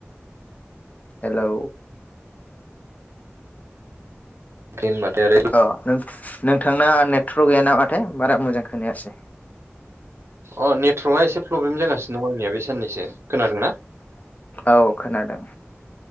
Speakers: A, on the left (about 35°); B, on the right (about 65°).
A: हेलौ
B: ओंख्रि होनबाथाय आरो
A: अ नों नोंथांना नेट्र'क गैया नामाथाय बारा मोजां खोनायासै
B: अ नेटवारर्कआ एसे प्रब्लेम जागासिनो दं आंनिया बे साननैसो खोनादों ना?
A: औ खोनादों।